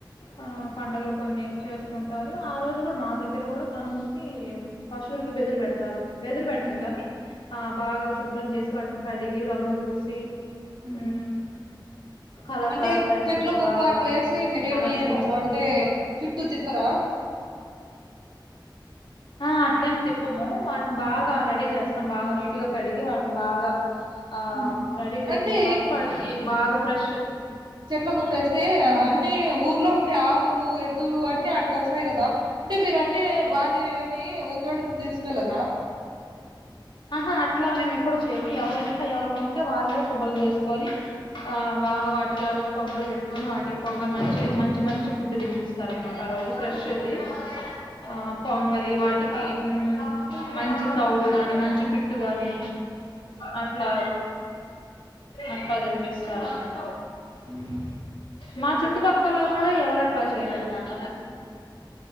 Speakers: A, on the left (about 80°); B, on the right (about 65°).
A: ఆ
B: హ్మ్.
A: పండగలు కొన్ని చేసుకుంటారు, ఆ రోజు కూడా మా దగ్గర కూడా కని మూసి ఫస్ తుర్ కి బెదురు పెడతారు బెదురు పెట్టరుగాని
B: హ్మ్.
A: ఆ బాగా శుభ్రం చేసి, వాటిని కడిగి రంగులు పూసి.
B: హ్మ్.
A: హుమ్ కలర్,
B: అంటే
A: కలర్ పేపర్లతో
B: చెట్లో గొప్ప
A: బాగా
B: అట్లేసి మీరేమి
A: అలంకరించి
B: ర అంటే
A: పువ్వులతో.
B: చుట్టూ తిప్పరా?
A: ఆ అట్లేమి తిప్పము వాటిని బాగా
B: ఆ!
A: రెడీ చేస్. స్తాం బాగా నీటుగా కడిగి వాటిని బాగా ఆ
B: హ్మ్.
A: రెడీ చేసిన
B: అంటే
A: తర్వాత వాటికి బాగా ఫ్రెష్
B: చెట్ల కుప్పేస్తే
A: మ్మ్
B: అన్ని ఊర్లో ఉండే ఆవులు ఎద్దులు అన్ని అటుకి వస్తాయి కదా అంటే మీరు అన్ని వాటిని ఒక చోటుకి తీసుకెళ్ళరు
A: ఆహా ఇట్లా మేము ఎప్పుడు చేయము ఎవరింట్లో ఎవరికుంటే వాళ్ళే శుభ్రం చేసుకొని ఆ బాగా వాటి వాటికి ఆ రోజు పొంగలు పెట్టుకొని వాటికి పొంగల్ మంచి మంచి మంచి ఫుడ్ తినిపిస్తారు అన్నమాట ఆ రోజు ఫ్రెష్ అది ఆ పొంగలి వాటికి హ్మ్ మంచి తౌడు గాని మంచి పిట్ ట్టు కాని అట్లా అట్లాగని పిస్తారంట
B: హ్మ్
A: మా చుట్టుపక్కల్లో కూడా ఎవరు అట్లా చేయరన్నమాట